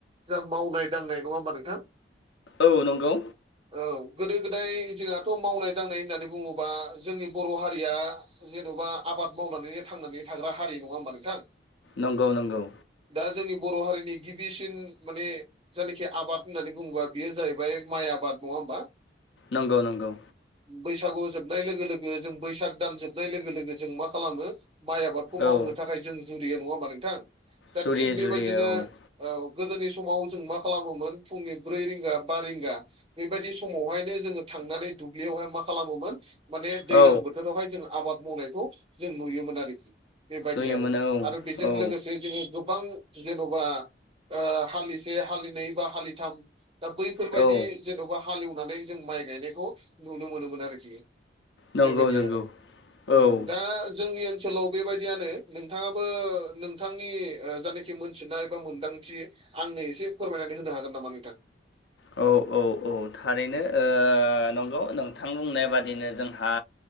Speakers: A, on the right; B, on the left.
A: जा मावनाय दांनाय नङा होमबा नोंथां।
B: औ नंगौ।
A: औ गोदो गोदाय जोंहाथ' मावनाय दांनाय होननानै बुङोबा जोंनि बर' हारिया जेन'बा आबाद मावनानै थांनानै थाग्रा हारि नङा होमबा नोंथां।
B: नंगौ नंगौ।
A: दा जोंनि बर' हारिनि गिबिसिन माने जायनाखि आबाद होननानै बुङोबा बेयो जाहैबाय माइ आबाद नङा होमबा।
B: नंगौ नंगौ।
A: बैसागु जोबनाय लोगो लोगो जों बैसाग दान जोबनाय लोगो लोगो जों मा खालामो माइ आबाद। खौ मावनो
B: औ
A: थाखाय जों जुरिया नङा होनबा नोंथां। दा
B: जुरियो
A: थिग बे
B: जुरियो
A: बायदिनो
B: औ
A: औ गोदोनि समाव जों मा खालामोमोन फुंनि ब्रै रिंगा बा रिंगा बे बायदि समावहायनो जोङो थांनानै दुब्लियावहाय मा खालामोमोन माने दैजलां
B: औ
A: बोथोरावहाय जों आबाद मावनायखौ जों नुयोमोन आरोखि। बे बायदि
B: नुयोमोन
A: आरो
B: औ
A: आरो बेजों
B: औ
A: लोगोसे जोङो गोबां जेन'बा हालिसे हालिनै बा हालिथाम दा बैफोरबायदि
B: औ
A: जेन'बा हालेवनानै जों माइ गायनायखौ नुनो मोनोमोन आरोखि।
B: नंगौ
A: बे बायदि
B: नंगौ
A: आरो।
B: औ
A: दा जोंनि ओनसोलाव बेबायदियानो नोंथाङाबो नोंथांनि ओ जानाखि मोनथिनाय बा मोनदांथि आंनो एसे फोरमायनानै होनो हागोन नामा नोंथां?
B: औ औ औ थारैनो ओ नंगौ नोंथां बुंनाय बादिनो जोंहा